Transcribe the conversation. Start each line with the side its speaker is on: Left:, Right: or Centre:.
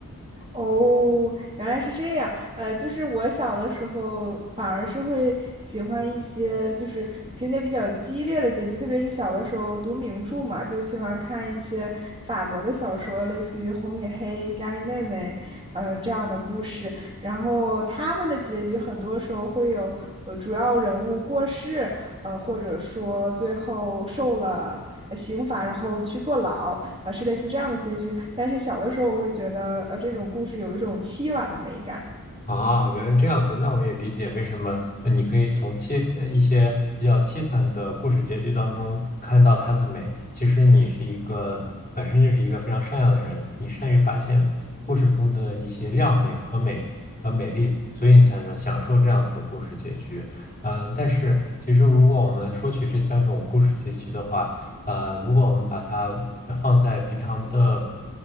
Right: 哦，原来是这样。呃，就是我小的时候反而是会喜欢一些就是情节比较激烈的结局，特别是小的时候读名著嘛，就喜欢看一些法国的小说，类似于《红与黑》《伽利妹妹》呃这样的故事。然后他们的结局很多时候会有呃主要人物过世，呃，或者说最后受了呃刑罚，然后去坐牢，呃，是类似这样的结局。但是小的时候，我会觉得，呃，这种故事有一种凄婉的美感，
Left: 啊，原来这样子，那我也理解为什么。那你可以从凄呃一些比较凄惨的故事结局当中看到它的美。其实你是一个本身就是一个非常善良的人，你善于发现故事中的一些亮点和美和美丽，所以你才能享受这样子的故事结局。嗯，但是其实如果我们说起这三种故事结局的话，呃，如果我们把它放在平常的